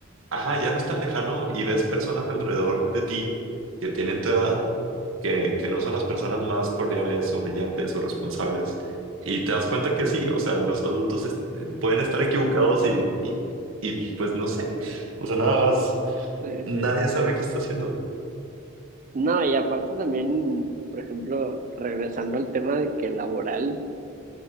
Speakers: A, on the right; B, on the right.
A: ajá, ya no es tan lejano y ves personas alrededor de ti que tienen tu edad, que, que no son las personas más cordiales o brillantes o responsables. Y te das cuenta que sí, o sea, los adultos este, pueden estar equivocados y, y, y, pues no sé, o sea, nada más.
B: Eh,
A: Nadie sabe qué está haciendo.
B: no, y aparte también, por ejemplo, regresando al tema de que laboral,